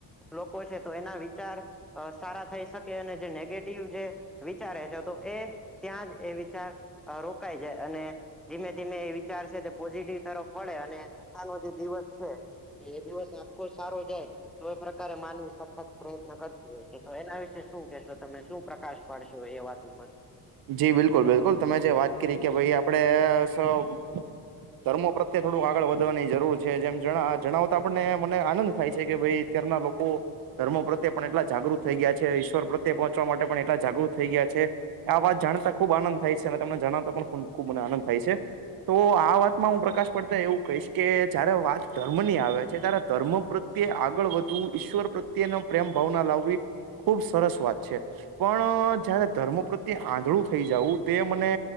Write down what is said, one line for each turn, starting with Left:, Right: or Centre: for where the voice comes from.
Centre: લોકો છે, તો એના વિચાર અ સારા થઈ શકે અને જે નેગેટિવ જે વિચારે છે, તો એ ત્યાં જ એ વિચાર અ રોકાાય જાય અને ધીમે-ધીમે એ વિચાર છે તે પોઝિટિવ તરફ વળે અને પોતાનો જે દિવસ છે એ દિવસ આખો સારો જાય. તો એ પ્રકારે માનવી સખત પ્રયત્ન કરતી હોય છે, તો એના વિશે શું કેશો તમે? શું પ્રકાશ પાડશો એ વાત ઉપર
Right: જી બિલકુલ-બિલકુલ તમે જે વાત કરી કે ભાઈ આપણે સૌ ધર્મો પ્રત્યે થોડું આગળ વધવાની જરૂર છે, જેમ જ જણાવતા આપણને મને આનંદ થાય છે કે ભાઈ અત્યાર ના લોકો ધર્મ પ્રત્યે પણ એટલા જાગૃત થઈ ગયા છે, ઇશ્વર પ્રત્યે પહોચ માટે એટલા જાગૃત થઈ ગયા છે. આ વાત જાણતા ખુબ આનંદ થાય છે અને તમને જણાવતા પણ ખૂબ-ખૂબ મને આનંદ થાય છે. તો આ વાતમાં હું પ્રકાશ પડતા એવું કહીશ કે, જયારે વાત ધર્મ ની આવે છે, ત્યારે ધર્મ પ્રત પ્રત્યે આગળ વધવું, ઈશ્વર પ્રત્યેના પ્રેમ ભાવના લાવવી ખુબ સરસ વાત છે. પણ, જયારે ધર્મો પ્રત્યે આંધળું થઈ જવું તે મને